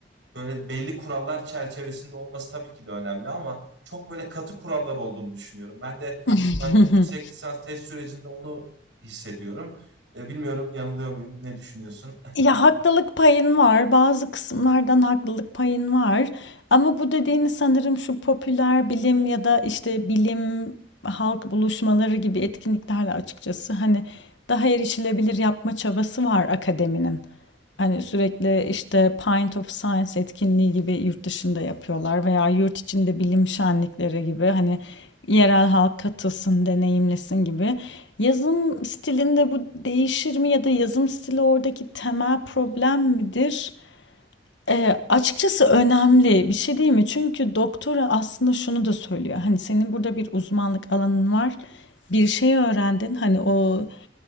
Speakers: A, on the right (about 80°); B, on the left (about 85°).
A: böyle belli kurallar çerçevesinde olması tabii ki de önemli ama çok böyle katı kurallar olduğunu düşünüyorum. Ben de
B: <laughs>
A: şu an yüksek lisans test sürecinde onu hissediyorum. E, bilmiyorum yanılıyor muyum? Ne düşünüyorsun?
B: Ya, haklılık payın var. Bazı kısımlardan haklılık payın var. Ama bu dediğini sanırım şu popüler bilim ya da, işte, bilim, halk buluşmaları gibi etkinliklerle açıkçası, hani, daha erişilebilir yapma çabası var akademinin. Hani, sürekli, işte, Pint of Science etkinliği gibi yurt dışında yapıyorlar veya yurt içinde bilim şenlikleri gibi, hani, yerel halk katılsın, deneyimlesin gibi. Yazım stilinde bu değişir mi ya da yazım stili oradaki temel problem midir? Ee, açıkçası önemli bir şey değil mi? Çünkü doktora aslında şunu da söylüyor. Hani senin burada bir uzmanlık alanın var. Bir şey öğrendin. Hani o